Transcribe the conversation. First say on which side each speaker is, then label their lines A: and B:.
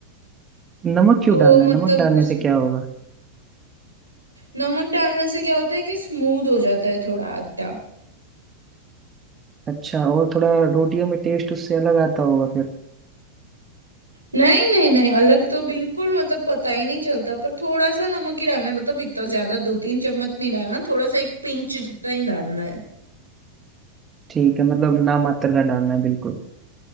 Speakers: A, on the right; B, on the right.
A: नमक क्यों
B: तो
A: डालना
B: मतलब
A: है नमक डालने
B: उस
A: से क्या होगा
B: नमक डालने से क्या होता है कि स्मूथ हो जाता है थोड़ा आटा
A: अच्छा और थोड़ा रोटियों में टेस्ट उससे अलग आता होगा फिर
B: नहीं नहीं नहीं अलग तो बिल्कुल मतलब पता ही नहीं चलता पर थोड़ा सा नमक ही डालना है मतलब इतना ज्यादा दो तीन चम्मच नहीं डालना थोड़ा सा एक पिंच जितना ही डालना है
A: ठीक है मतलब ना मात्र का डालना है बिल्कुल